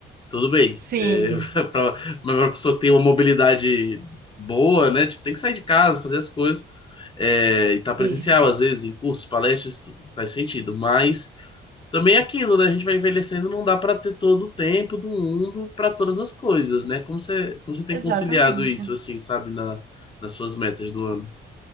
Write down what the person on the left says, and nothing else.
Tudo bem.
É, <laughs> pra, mas pra pessoa ter uma mobilidade boa, né? Tipo, tem que sair de casa, fazer as coisas. É, e tá presencial,
às vezes, em cursos, palestras, tudo faz sentido. Mas também é aquilo, né? A gente vai envelhecendo, não dá para ter todo o tempo do mundo para todas as coisas, né? Como você, como você tem
conciliado isso, assim, sabe, na, nas suas metas do ano?